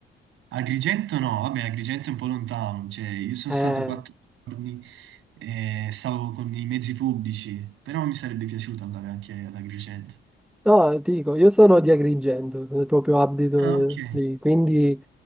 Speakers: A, on the right; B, in the centre.
A: Agrigento no, vabbè, Agrigento è un po' lontano, cioè io sono
B: Eh,
A: stato quattro giorni e stavo con i mezzi pubblici, però mi sarebbe piaciuto andare anche ad Agrigento.
B: no, ti dico, io sono di Agrigento, proprio abito
A: Ah, ok.
B: lì, quindi